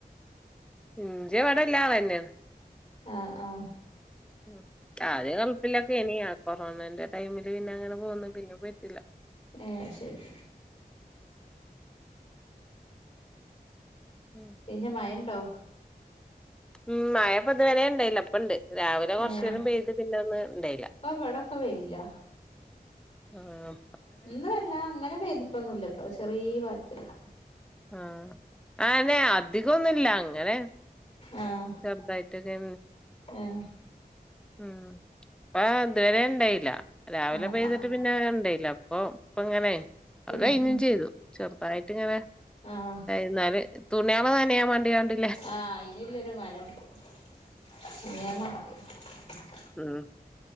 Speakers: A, in the centre; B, on the left.
A: ഇഞ്ച ഇവിടൊല്ല ആളന്നെ
B: ആഹ് ആഹ്
A: മ്മ് ആദ്യം ഗൾഫിലൊക്കെയെനു പിന്നെയാ കൊറോണന്റെ ടൈമിലാ പിന്നെ അങ്ങനെ പോന്ന പിന്നെ പോയിട്ടില്ല
B: ഏഹ് ശരി
A: ഉം
B: പിന്നെ മയ ഇണ്ടോ
A: മ്മ് മയ ഇപ്പം ഇതുവരെ ഇണ്ടായില്ല ഇപ്പ ഉണ്ട് രാവിലെ കൊറച്ച്
B: ഏഹ്
A: നേരം പെയ്ത് പിന്നെ ഒന്നും ഉണ്ടായില്ല
B: ഇപ്പൊ ഇവിടൊക്കെ വെയിലാ
A: ആഹ്
B: ഇന്ന് വല്ല അങ്ങനെ പെയ്തിട്ടൊന്നുംല്ലട്ടോ ചെറിയ പാറ്റല്
A: ആഹ് ആനെ അധികം ഒന്നുല്ല അങ്ങനെ
B: ആഹ്
A: ചെറുതായിട്ടൊക്കെ
B: ആഹ്
A: മ്മ് അപ്പ അതുവരെ ഇണ്ടായില്ല രാവിലെ
B: ആഹ്
A: പെയ്തിട്ട്
B: ആഹ്
A: പിന്നെ ഇണ്ടായില്ല അപ്പൊ ഇപ്പ ഇങ്ങനെ അത്
B: ഉം
A: കഴിഞ്ഞും
B: ഉം
A: ചെയ്തു ചെറുതായിട്ട് ഇങ്ങനെ
B: ആഹ്
A: എന്നാല് തുണിയാള് നനയാൻ വേണ്ടി കണ്ടില്ലേ
B: ആഹ് അയിനുല്ലൊരു മഴണ്ട് <unintelligible>
A: മ്മ്